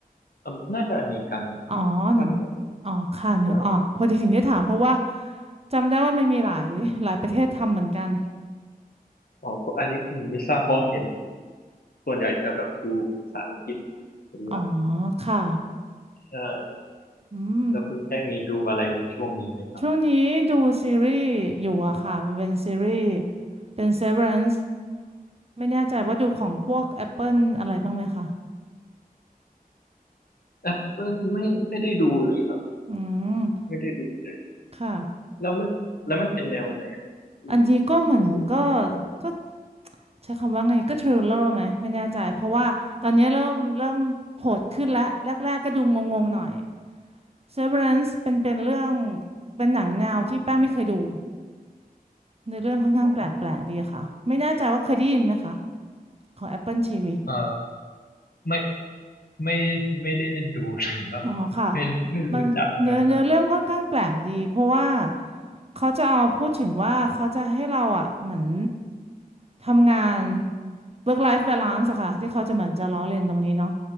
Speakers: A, on the left (about 75°); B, on the right (about 40°).
A: อเมน่าจะอเมริกันนะครับว่าจะ
B: อ๋อ หนัง อ๋อ ค่ะ นึกออกพอดีถึงได้ถามเพราะว่า
A: จะ
B: จำได้ว่ามันมีหลายหลายประเทศทำเหมือนกัน
A: อ๋อเพราะอันนี้ผมไม่ทราบเพราะเห็นส่วนใหญ่จะแบบดูภาษาอังกฤษเป็นหลัก
B: อ๋อ ค่ะ
A: ใช่
B: อืม
A: แล้วคุณแป้งมีดูอะไรช่วงนี้ไหมครับ
B: ช่วงนี้ดูซีรีส์อยู่อะค่ะมันเป็นซีรีส์เป็น Severance ไม่แน่ใจว่าดูของพวก Apple อะไรบ้างไหมคะ
A: แอปเปิลไม่ไม่ได้ดูเลยครับ
B: อืม
A: ไม่ได้ดูเลย
B: ค่ะ
A: แล้วมันแล้วมันเป็นแนวไหนที่
B: อันนี้ก็เหมือนก็
A: คุณรู้สึก
B: ก็ใช้คำว่าไงก็ทริลเลอร์ไหมไม่แน่ใจเพราะว่าตอนนี้เริ่มเริ่มโหดขึ้นแล้วแรกๆก็ดูงงๆหน่อย Severance เป็นเป็นเรื่องเป็นหนังแนวที่แป้งไม่เคยดูในอเรื่องค่อนข้างแปลกๆดีค่ะไม่แน่ใจว่าเคยได้ยินไหมคะ
A: ว่า
B: ของ Apple TV
A: เออไม่ไม่ไม่ได้ดูเลยครับไม่ไม่รู้จักเลยครับ
B: อ๋อค่ะมันเนื้อเนื้อเรื่องค่อนข้างแปลกดีเพราะว่าเขาจะเอาพูดถึงว่าเขาจะให้เราอ่ะเหมือนทำงาน work life balance อะค่ะที่เขาจะเหมือนจะล้อเลียนตรงนี้เนาะ